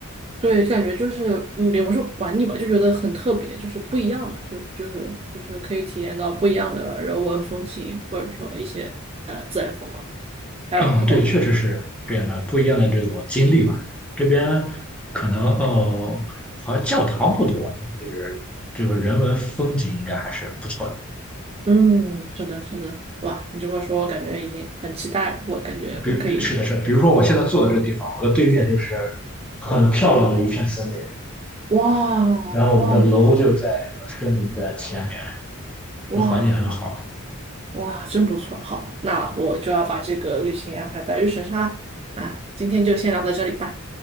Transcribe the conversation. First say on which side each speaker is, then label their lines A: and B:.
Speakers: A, on the right; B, in the centre.
A: 对，感觉就是嗯也不是玩腻吧，就觉得很特别，就是不一样嘛，就就是就是可以体验到不一样的人文风情，或者说一些呃自然风光，还有不同的
B: 嗯，对，确实是这样的，不一样的这种经历吧。这边可能哦，好像教堂不多，但是这个人文风景应该还是不错的。
A: 嗯，是的，是的，哇，你这么说，我感觉已经很期待了我感觉我可以
B: 比如比是的是的，比如说我现在坐的这个地方，我的对面就是很漂亮的一片森林，
A: 哇哇
B: 然后我们的楼就在这个森林的前面，
A: 哇
B: 就环境很好。
A: 哇，真不错！好，那我就要把这个旅行安排在日程上了。啊，今天就先聊到这里吧。